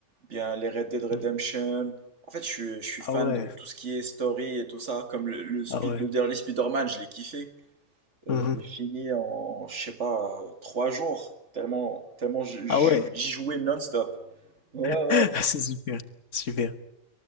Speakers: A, on the right; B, on the left.
A: bien les Red Dead Redemption.
B: mhm.
A: En fait, je, suis- je suis
B: Ah
A: fan
B: ouais,
A: de tout ce qui est story et tout ça. Comme le, le, Spi-
B: ah ouais.
A: le dernier Spider-Man, je l'ai kiffé. Euh,
B: mhm.
A: je l'ai fini en, je sais pas, euh, trois jours. Tellement, tellement j- j-
B: Ah ouais,
A: j'y jouais non-stop. Ouais,
B: <laughs>
A: ouais,
B: c'est super, super.